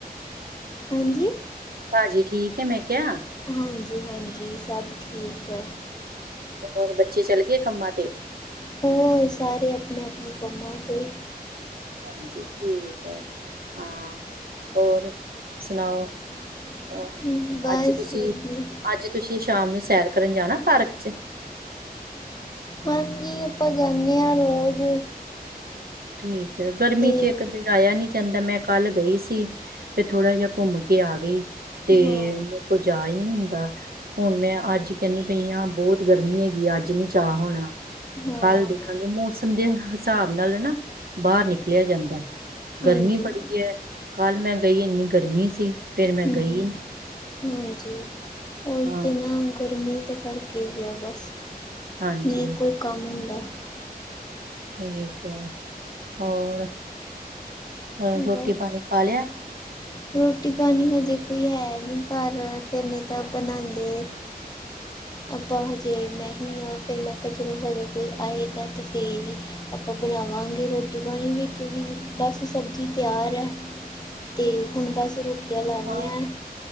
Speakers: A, on the left; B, on the right.
A: ਹਾਂਜੀ।
B: ਭਾਜੀ ਠੀਕ ਏ ਮੈਂ ਕਿਆ?
A: ਹਾਂਜੀ ਹਾਂਜੀ, ਸਭ ਠੀਕ ਐ
B: ਔਰ ਬੱਚੇ ਚੱਲਗੇ ਕੰਮਾਂ ਤੇ?
A: ਹੋਰ ਸਾਰੇ ਅਪਣੇ-ਅਪਣੇ ਕੰਮਾਂ ਤੇ।
B: ਹਾਂਜੀ, ਠੀਕ ਐ ਹਾਂ, ਹੋਰ ਸੁਣਾਓ?
A: <inaudible>
B: ਹੋਰ,
A: ਬਸ
B: ਅੱਜ ਤੁਸੀਂ,
A: ਵਧੀਆ
B: ਅੱਜ ਤੁਸੀ਼ ਸ਼ਾਮ ਨੂੰ ਸੈਰ ਕਰਨ ਜਾਣਾ ਪਾਰਕ ਚ?
A: ਹਾਂਜੀ, ਆਪਾਂ ਜਾਂਨੇ ਆਂ ਰੋਜ਼।
B: ਠੀਕ ਐ, ਗਰਮੀ
A: ਤੇ
B: ਚ ਇਕ ਤੇ ਜਾਇਆ ਨੀ ਜਾਂਦਾ ਮੈਂ ਕੱਲ ਗਈ ਸੀ, ਫੇਰ ਥੋੜਾ ਜਾ ਘੁੰਮ ਕੇ ਆ ਗਈ। ਤੇ
A: ਹਾਂ
B: ਮੇਰੇ ਕੋਲ ਜਾ ਈ ਨੀ ਹੁੰਦਾ। ਹੁਣ, ਮੈਂ ਅੱਜ ਕੈੰਦੀ ਪਈ ਆਂ ਬੌਤ ਗਰਮੀ ਹੈਗੀ ਏ ਅੱਜ ਨੀ ਜਾ ਹੋਣਾ।
A: ਹਾਂ
B: ਕੱਲ੍ਹ ਦੇਖਾਂਗੇ, ਮੌਸਮ ਦੇ ਹਸਾਬ ਨਾਲ ਹਨਾ ਬਾਰ ਨਿਕਲਿਆ ਜਾਂਦਾ,
A: ਹਾਂਜੀ
B: ਗਰਮੀ ਬੜੀ
A: ਹਾਂ
B: ਐ। ਕੱਲ੍ਹ ਮੈਂ ਗਈ ਇੰਨੀ ਗਰਮੀ ਸੀ, ਫੇਰ ਮੈਂ
A: ਹਮ,
B: ਗਈ
A: ਹਾਂਜੀ, ਓਈ
B: ਹਾਂ
A: ਤੇ ਨਾ ਗਰਮੀ ਦੇ ਕਰਕੇ ਈ ਐ ਬਸ।
B: ਹਾਂਜੀ
A: ਨੀ ਕੋਈ ਕੰਮ ਹੁੰਦਾ।
B: ਠੀਕ ਐ, ਹੋਰ? ਹੋਰ
A: ਹੈਗਾ
B: ਰੋਟੀ ਪਾਣੀ ਖਾ ਲਿਆ
A: ਰੋਟੀ ਪਾਣੀ ਹਜੇ ਕੋਈ ਹੈ ਨੀ ਘਰ ਫਿਰ ਨਈ ਤਾਂ ਬਣਾਦੇ। ਆਪਾਂ ਹਜੇ ਮੈਂ ਹੀ ਆ ਫਿਰ ਮੈਂ ਕਿਹਾ ਚਲੋ ਹਜੇ ਕੋਈ ਆਏਗਾ ਤਾਂ ਫਿਰ ਈ ਆਪਾਂ ਬਣਾਵਾਂਗੇ ਰੋਟੀ ਪਾਣੀ ਵਿੱਚ ਵੀ ਬਸ ਸਬਜੀ ਸਬਜ਼ੀ ਤਿਆਰ ਐ ਅਤੇ ਹੁਣ ਬਸ ਰੋਟੀਆਂ ਲਾਨੇ
B: ਹਾਂ
A: ਆ।